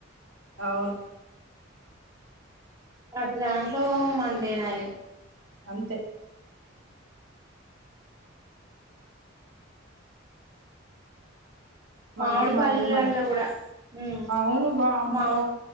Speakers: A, on the right (about 80°); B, on the right (about 20°).
A: అవును
B: అది దాంట్లో మందేనాయే
A: అంతే మందు
B: మామిడి
A: మందు
B: పళ్ళల్లో
A: మం,
B: కూడా ఉమ్
A: అవును వామ్మో.
B: మా